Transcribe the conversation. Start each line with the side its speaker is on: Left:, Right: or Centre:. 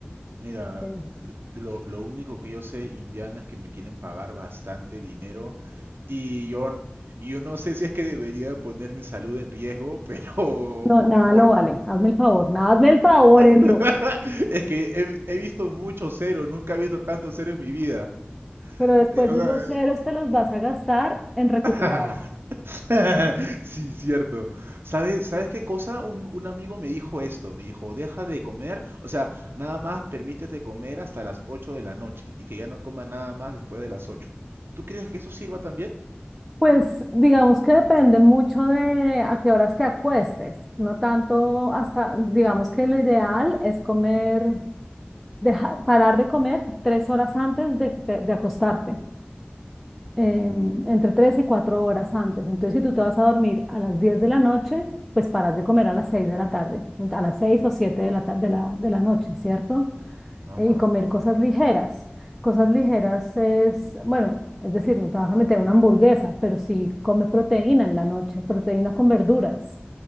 Right: Mira,
Centre: Eh,
Right: l- lo, lo único que yo sé, Indiana, es que me quieren pagar bastante dinero y yo, n- y yo no sé si es que debería poner mi salud en riesgo, pero
Centre: no, nada
Right: por...
Centre: lo vale. Hazme el favor, nada, hazme el favor,
Right: <laughs>
Centre: Elio.
Right: Es que he, he visto mucho cero, nunca he visto tanto cero en mi vida.
Centre: Pero después
Right: Eh, O
Centre: esos
Right: sea,
Centre: ceros te los vas a gastar en recuperar.
Right: <laughs> Sí, cierto. ¿Sabes, sabes qué cosa? Un, un amigo me dijo esto, me dijo, deja de comer, o sea, nada más permítete comer hasta las 8 de la noche y que ya no coma nada más después de las 8. ¿Tú crees que eso sirva también?
Centre: Pues digamos que depende mucho de a qué horas te acuestes, no tanto hasta, digamos que lo ideal es comer, dejar, parar de comer tres horas antes de, de- de acostarte, eh,
Right: Ujú,
Centre: entre tres y cuatro horas antes. Entonces, si tú te vas a dormir a las 10 de la noche, pues paras de comer a las 6 de la tarde, ent- a las 6 o 7 de la, ta- de la, de la noche, ¿cierto?
Right: Ajá,
Centre: eh, y comer cosas ligeras. Cosas ligeras es, bueno, es decir, no te vas a meter una hamburguesa, pero sí come proteína en la noche, proteína con verduras.